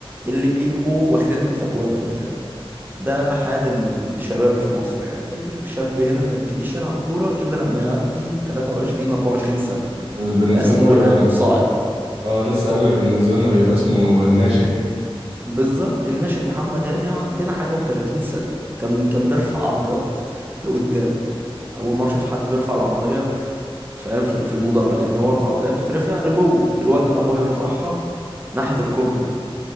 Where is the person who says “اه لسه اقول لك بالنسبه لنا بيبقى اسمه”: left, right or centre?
Right